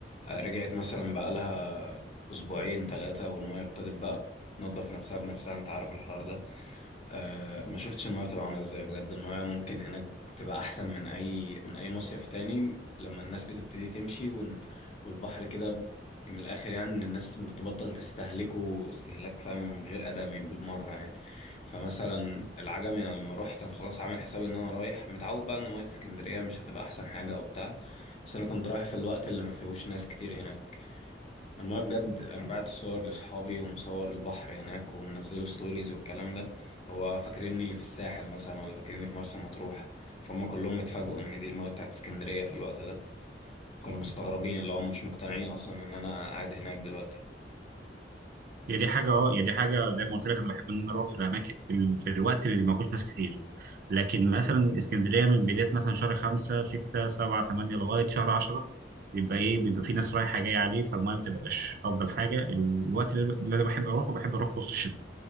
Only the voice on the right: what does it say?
هي دي حاجة اه هي دي حاجة زي ما قلت لك انا بحب ان انا اروح في الاماكن في, ال... في الوقت اللي ما فيهوش ناس كتير لكن مثلا اسكندرية من بداية مثلا شهر خمسة ستة سبعة تمانية لغاية شهر عشرة بيبقى ايه بيبقى في ناس رايحة جاية عليه فالمياه ما بتبقاش افضل حاجة الوقت اللي اللي انا بحب اروحه بحب اروح في وسط الشتاء